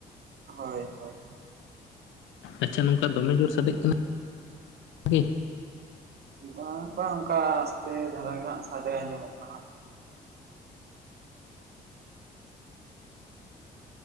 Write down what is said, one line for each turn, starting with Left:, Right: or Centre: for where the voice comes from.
Right: ᱦᱳᱭ ᱦᱳᱭ᱾
Left: ᱟᱪᱪᱷᱟ ᱱᱚᱝᱠᱟ ᱫᱚᱢᱮ ᱡᱳᱨ ᱥᱟᱰᱮᱜ ᱠᱟᱱᱟ ᱠᱤ?
Right: ᱵᱟᱝ ᱵᱟᱝ ᱚᱱᱠᱟ ᱟᱥᱛᱮ ᱫᱷᱟᱨᱟ ᱜᱮ ᱦᱟᱸᱜ ᱥᱟᱰᱮ ᱟᱸᱡᱚᱢᱚᱜ ᱠᱟᱱᱟ᱾